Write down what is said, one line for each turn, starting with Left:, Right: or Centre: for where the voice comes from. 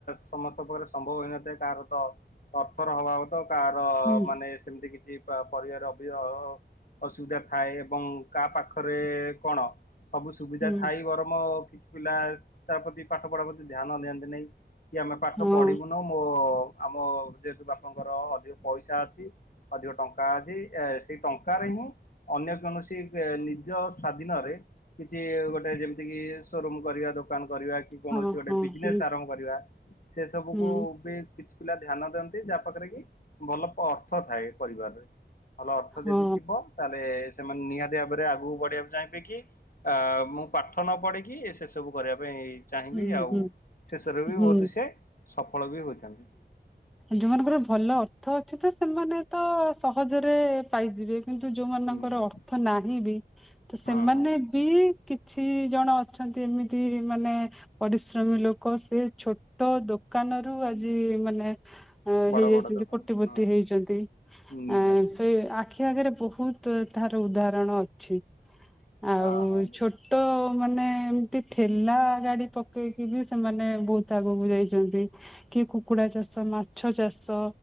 Left: ସମସ୍ତ ପ୍ରକାର ସମ୍ଭବ ହୋଇନଥାଏ, କାହାର ତ ଅର୍ଥର ଅଭାବ କାହାର
Centre: ହୁଁ
Left: ମାନେ ସେମିତି କିଛି ପରିବାର ଅ ବି ଅସୁବିଧା ଥାଏ ଏବଂ କା ପାଖରେ କଣ ସବୁ ସୁବିଧା
Centre: ହୁଁ
Left: ଥାଇ ଗରମ କିଛି ପିଲା ତା ପ୍ରତି ପାଠ ପଢା ପ୍ରତି ଧ୍ୟାନ ଦିଅନ୍ତି ନାହିଁ। କି ଆମେ ପାଠ
Centre: ହଁ
Left: ପଢ଼ିବୁନୁ, ମୋ ଆମ ଯେହେତୁ ବାପାଙ୍କର ଅଧିକ ପଇସା ଅଛି, ଅଧିକ ଟଙ୍କା ଅଛି, ସେଇ ଟଙ୍କାରେ ହି <unintelligible> ଅନ୍ୟ କୌଣସି ନିଜ ସ୍ୱାଧୀନରେ କିଛି ଗୋଟେ ଯେମତିକି, ସୋରୁମ କରିବା, ଦୋକାନ କରିବା କି କୌଣସି
Centre: ହଁ
Left: ଗୋଟେ ବିଜନେସ୍
Centre: ହଁ।
Left: ଆରମ୍ଭ କରିବା ସେ ସବୁକୁ
Centre: ହୁଁ
Left: ବି କିଛି ପିଲା ଧ୍ୟାନ ଦିଅନ୍ତି ଯାହା ପାଖରେ କି ଭଲ ଅର୍ଥ ଥାଏ ପରିବାରରେ ଭଲ ଅର୍ଥ
Centre: ହଁ
Left: ଯଦି ଥିବ ତାହେଲେ ସେମାନେ ନିହାତି ଭାବରେ ଆଗକୁ ପଢିବାକୁ ଚାହିଁବେ କିି ଅ ମୁଁ ପାଠ ନ ପଢିକି ସେ ସବୁ କରିବା ପାଇଁ ଚାହିଁବି
Centre: ହୁଁ
Left: ଆଉ।
Centre: ହୁଁ
Left: ଶେଷରେ ବି
Centre: ହୁଁ
Left: ବହୁତ ସେ ସଫଳ ବି ହୋଇଥାନ୍ତି
Centre: ଯୋଉ ମମାନ ଉପରେ ଭଲ ଅର୍ଥ ଅଛି ତ ସେମାନେ ତ ସହଜରେ ପାଇଯିବେ। କିନ୍ତୁ ଯୋଉମାନଙ୍କର
Left: ନିହାତି
Centre: ଅର୍ଥ ନାହିଁ ବି ତ ସେମାନେ
Left: ହଁ ହଁ
Centre: ବି କିଛି ଜଣ ଅଛନ୍ତି ଏମିତି ମାନେ ପରିଶ୍ରମୀ ଲୋକ ସେ ଛୋଟ ଦୋକାନରୁୁ ଆଜି ମାନେ
Left: ବଡ
Centre: ହେଇଯାଇଛନ୍ତି
Left: ବଡ ଦୋକାନ
Centre: କୋଟିପତି
Left: ହଁ
Centre: ହେଇଛନ୍ତି
Left: ନିହାତି
Centre: ଆ
Left: ନିହାତି
Centre: ସେ ଆଖି ଆଗରେ ବହୁତ ତାର ଉଦାହରଣ ଅଛି ଆଉ
Left: ହଁ ହଁ
Centre: ଛୋଟ ମାନେ ଏମିତି ଠେଲା ଗାଡି ପକେଇକି ବି ସେମାନେ ବହୁତ ଆଗକୁ ଯାଇଛନ୍ତି କି କୁକୁଡା ଚାଷ ମାଛ ଚାଷ